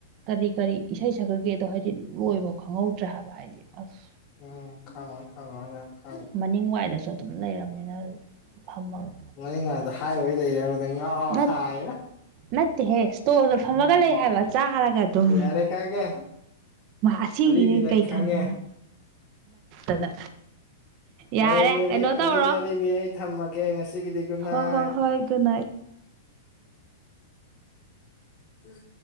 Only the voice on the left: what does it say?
ꯎꯝ ꯈꯥꯉ ꯈꯉ ꯌꯥ
ꯉꯅꯤ ꯉꯗ ꯍꯥꯏꯥꯏꯕꯩ ꯂꯩꯔ ꯉꯥꯎ
ꯍꯥꯏꯥꯏ
ꯌꯥꯔꯦ ꯈꯪꯉꯦ
ꯑꯔꯤꯕꯤ ꯅꯪ
ꯈꯪꯉꯦ
ꯍꯣꯏ
ꯑꯗꯨꯗꯤ
ꯑꯔꯤꯕꯤ ꯑꯩ ꯊꯝꯃꯒꯦ ꯉꯁꯤꯒꯤꯗꯤ ꯒꯨꯗ ꯅꯥꯏꯠ
ꯎꯝ